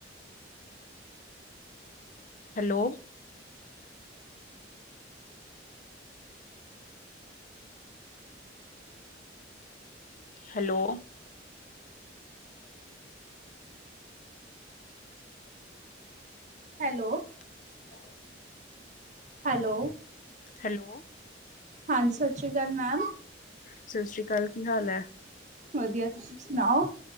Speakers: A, on the left; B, on the right.
A: Hello hello
B: hello
A: <inaudible>
B: hello
A: hello
B: ਹਾਂਜੀ ਸਤਿ ਸ਼੍ਰੀ ਅਕਾਲ ਮੈਮ
A: ਸਤਿ ਸ੍ਰੀ ਅਕਾਲ। ਕੀ ਹਾਲ ਐ
B: ਵਧੀਆ ਤੁਸੀਂ ਸੁਣਾਓ